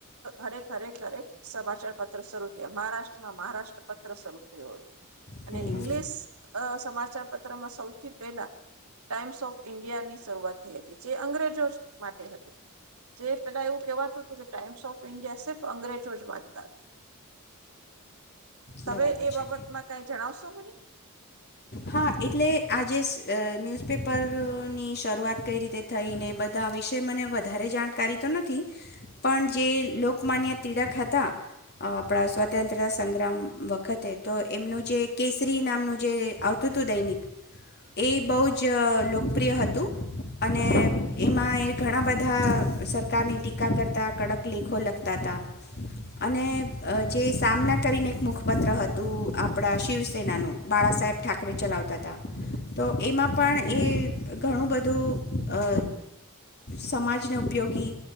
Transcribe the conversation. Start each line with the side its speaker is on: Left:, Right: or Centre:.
Right: હરેક હરેક હરેક સમાચાર પત્ર શરૂ થયા મહારાષ્ટ્રમાં મહારાષ્ટ્ર પત્ર શરૂ થયો હતું અને
Left: હમ
Right: ઇંગ્લિશ અ સમાચાર પત્રમાં સૌથી પહેલા ટાઇમ્સ ઓફ ઈન્ડિયા ની શરૂઆત થઈ હતી જે અંગ્રેજો માટે હતું જે પેલા એવું કહેવાતું હતું કે ટાઈમ્સ ઓફ ઇન્ડિયા સિર્ફ અંગ્રેજો જ વાંચતા હતા. તવે
Left: બરાબર
Right: એ
Left: છે
Right: બાબતમાં કઈ જણાવશો? <unintelligible>
Left: હા એટલે આજે ન્યૂઝપેપરની શરૂઆત કઈ રીતે થઈ ને એ બધા વિશે મને વધારે જાણકારી તો નથી પણ જે લોકમાન્ય તિળક હતા આપણા સ્વતંત્રતા સંગ્રામ વખતે તો એમનું જે કેસરી નામનું જે આવતું હતું દૈનિક એ બહુ જ લોકપ્રિય હતું અને એમાં એ ઘણા બધા સરકારની ટીકા કરતા કડક લેખો લખતા હતા અને જે સામના કરીને એક મુખપત્ર હતું આપણા શિવસેનાનું બાળા સાહેબ ઠાકરે ચલાવતા હતા તો એમાં પણ એ ઘણું બધું અ સમાજને ઉપયોગી